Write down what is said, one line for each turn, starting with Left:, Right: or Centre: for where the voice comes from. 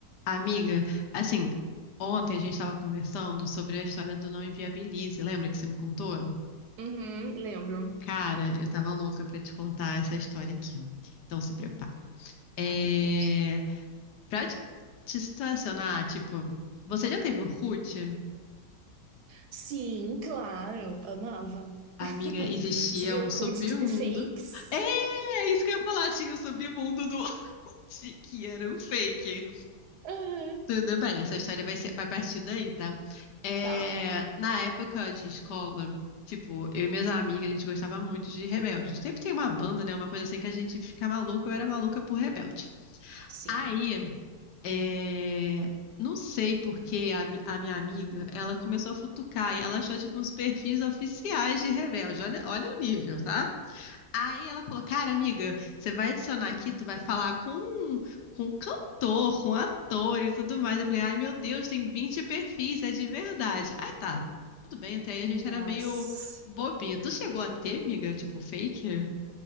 Left: Amiga, assim, ontem a gente estava conversando sobre a história do Não Inviabilize. Lembra que você me contou?
Right: Uhum, lembro.
Left: Cara, eu tava louca pra te contar essa história aqui. Então se prepara. É...
Right: Ai, meu Deus.
Left: Pra te te situacionar, tipo, você já teve Orkut?
Right: Sim, claro, amava.
Left: Amiga,
Right: <laughs>
Left: existia
Right: Tive
Left: um
Right: Orkut,
Left: submundo.
Right: tive fakes.
Left: É, é isso que eu ia falar, tinha o submundo do Orkut, que era um fake.
Right: Uhum.
Left: Tudo bem, essa história vai ser, vai partir daí, tá? É,
Right: Tá,
Left: na época de escola, tipo, eu e minhas amigas, a gente gostava muito de Rebelde. Sempre tem uma banda, né? Uma coisa assim que a gente fica maluca, eu era maluca por Rebelde.
Right: sim.
Left: Aí, é, não sei por que a, mi- a minha amiga, ela começou a futucar e ela achou, tipo, uns perfis oficiais de Rebelde. Olha, olha o nível, tá? Aí ela falou, cara, amiga, você vai adicionar aqui, tu vai falar com um, com um cantor, com um ator e tudo mais. Eu falei, ai meu Deus, tem 20 perfis, é de verdade. Aí tá, tudo bem, até aí a
Right: Nossa.
Left: gente era meio bobinha. Tu chegou a ter, amiga, tipo fake?